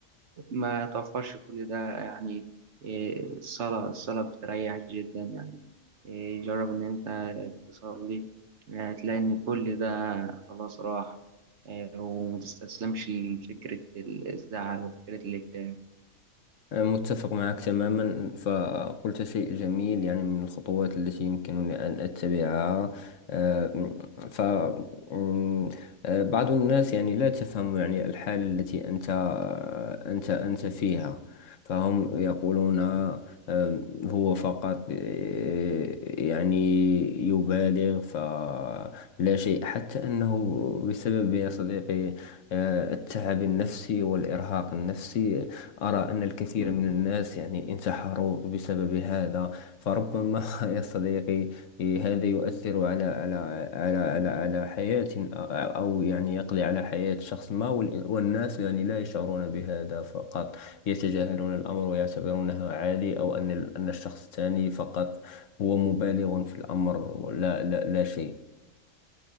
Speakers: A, on the right (about 60°); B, on the left (about 70°).
A: ما توفرش كل ده يعني إيه، الصلاة الصلاة بتريح جدا يعني إيه، جرب إن أنت تصلي إيه، هتلاقي إن كل ده خلاص راح إيه، ومتستسلمش لفكرة الزعل وفكرة الاكتئاب.
B: متفق معك تماما فقلت شيء جميل يعني من الخطوات التي يمكنني أن أتبعها آه، ف م، آه، بعض الناس يعني لا تفهم يعني الحالة التي أنت أنت أنت فيها فهم يقولون آه، هو فقط آه، يعني يبالغ فلا شيء حتى أنه بسبب يا صديقي آه، التعب النفسي والإرهاق النفسي أرى أن الكثير من الناس يعني انتحروا بسبب هذا فربما <laughs> يا صديقي هذا يؤثر على على على على على حياة أو يعني يقضي على حياة شخص ما وال- والناس يعني لا يشعرون بهذا فقط يتجاهلون الأمر ويعتبرونها عادي أو أن ال- أن الشخص الثاني فقط هو مبالغ في الأمر ولا لا لا شيء